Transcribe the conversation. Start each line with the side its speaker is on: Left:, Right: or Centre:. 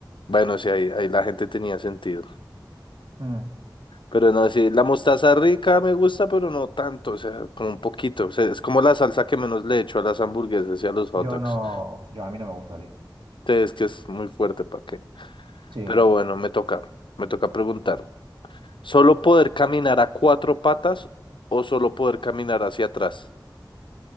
Left: Bueno, sí, ahí, ahí la gente tenía sentido.
Right: Mm.
Left: Pero no, sí, la mostaza rica me gusta, pero no tanto, o sea, como un poquito. O sea, es como la salsa que menos le echo a las hamburguesas y a los hot
Right: Yo
Left: dogs.
Right: no, yo a mí no me gusta, tío.
Left: Entonces, que es muy fuerte, ¿para qué?
Right: Sí,
Left: Pero bueno, me toca, me toca preguntar. ¿Solo poder caminar a cuatro patas o solo poder caminar hacia atrás?